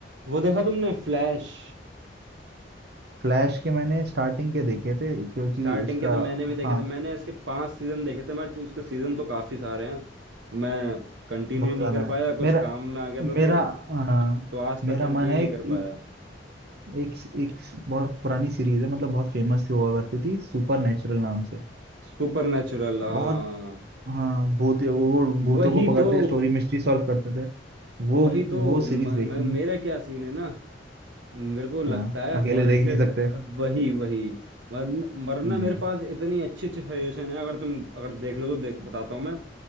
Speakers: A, on the right; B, on the right.
A: वो देखा तुमने फ्लैश
B: फ्लैश के मैंने स्टार्टिंग के देखे थे क्योंकि
A: स्टार्टिंग
B: उसका
A: के तो मैंने भी देखे
B: हाँ
A: थे मैंने इसके पांच सीजन देखे थे मैं तो- उसके सीजन तो काफी सारे हैं तो मैं कंटिन्यू
B: बहुत
A: नहीं
B: ज्यादा
A: कर
B: है
A: पाया
B: मेरा
A: कुछ काम में आ गया था
B: मेरा
A: तो
B: अ,
A: तो आज
B: मेरा
A: तक कंटिन्यू
B: मन है
A: नहीं
B: कि
A: कर पाया
B: एक एक बहुत पुरानी सीरीज है मतलब बहुत फेमस हुआ करती थी सुपर नेचुरल नाम से
A: सुपर नेचुरल हाँ
B: बहुत हाँ भूत वो भूतों
A: वही
B: को पकड़ते
A: तो
B: स्टोरी मिस्ट्री सॉल्व करते थे वो
A: वही तो
B: वो सीरीज
A: म,
B: देखनी
A: म, मेरा
B: है
A: क्या सीन है ना मेरे को लगता
B: हाँ
A: है
B: अकेले
A: हॉरर
B: देख
A: से
B: नहीं
A: ड,
B: सकते
A: वही वही वरन- वरना
B: हम्म
A: मेरे पास इतनी अच्छी अच्छी सजेशन है अगर तुम अगर देख लो तो देख बताता हूँ मैं